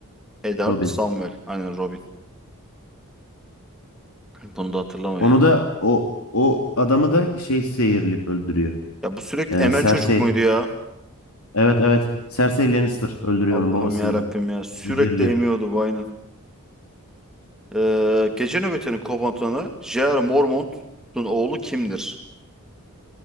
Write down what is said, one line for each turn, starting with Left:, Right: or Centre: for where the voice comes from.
Centre: Eddard,
Left: Robin.
Centre: Samwell. Aynen Robin. Bunu da hatırlamıyor
Left: Onu
Centre: ya.
Left: da o o adamı da şey zehirleyip öldürüyor.
Centre: Ya bu sürekli
Left: Ee,
Centre: emen
Left: Cersei.
Centre: çocuk muydu ya?
Left: Evet evet. Cersei Lannister öldürüyor
Centre: Allah'ım
Left: onun babasını
Centre: ya Rabbim
Left: da.
Centre: ya. Sürekli
Left: Zehirliyor.
Centre: emiyordu bu aynen. Ee, gece nöbetinin komutanı J.R. Mormont'un oğlu kimdir?